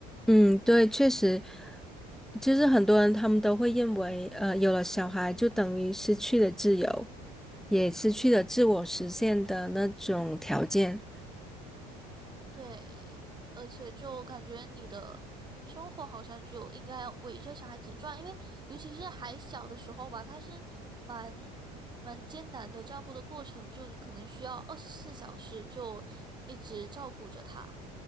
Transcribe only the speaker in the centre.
嗯，对，确实，就是很多人他们都会认为，呃，有了小孩就等于失去了自由，也失去了自我实现的那种条件。